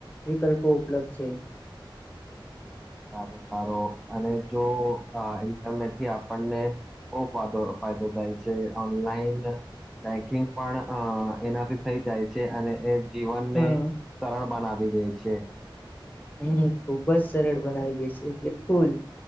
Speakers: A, on the left (about 20°); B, in the centre.
A: વિકલ્પો ઉપલબ્ધ છે.
B: સારો સારો અને જો અ ઇન્ટરનેટથી આપણને બહો ફાદો ફાયદો થાય છે, ઓનલાઈન બેંકિંગ પણ અ એનાથી થઈ જાય છે, અને એ જીવનને
A: હા
B: સરળ બનાવી દે છે.
A: હમ, ખુબ જ સરળ બનાવી દેશે બિલકુલ.